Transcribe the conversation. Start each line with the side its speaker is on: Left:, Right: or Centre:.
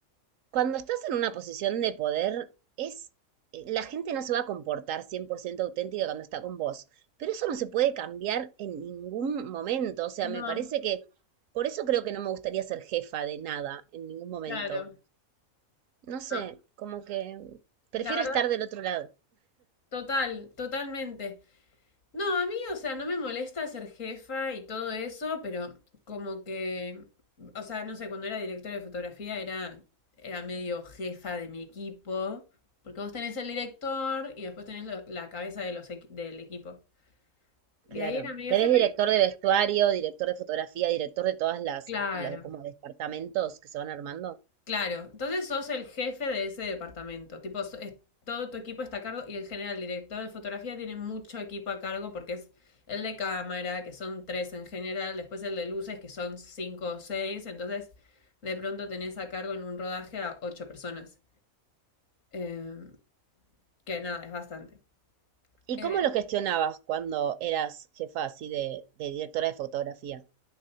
Right: Cuando estás en una posición de poder, es eh, la gente no se va a comportar 100% auténtica cuando está con vos, pero eso no se puede cambiar en ningún momento, o sea,
Left: No,
Right: me parece que por eso creo que no me gustaría ser jefa de nada en ningún momento.
Left: claro.
Right: No sé,
Left: No,
Right: como que prefiero
Left: la verdad,
Right: estar del otro lado.
Left: total, totalmente. No, a mí, o sea, no me molesta ser jefa y todo eso, pero como que, o sea, no sé, cuando era directora de fotografía era, era medio jefa de mi equipo, porque vos tenés el director y después tenés lo- la cabeza de los, equi- del equipo. Y
Right: Claro.
Left: ahí era medio
Right: Tenés
Left: jefa
Right: director
Left: y,
Right: de vestuario, director de fotografía, director de todas las
Left: claro.
Right: los como departamentos que se van armando.
Left: Claro, entonces sos el jefe de ese departamento. Tipo, so- es- todo tu equipo está a cargo y en general el director de fotografía tiene mucho equipo a cargo porque es el de cámara, que son tres en general, después el de luces, que son cinco o seis. Entonces, de pronto tenés a cargo en un rodaje a ocho personas. Eh, que nada, es bastante.
Right: ¿Y
Left: Eh,
Right: cómo lo gestionabas cuando eras jefa así de, de directora de fotografía?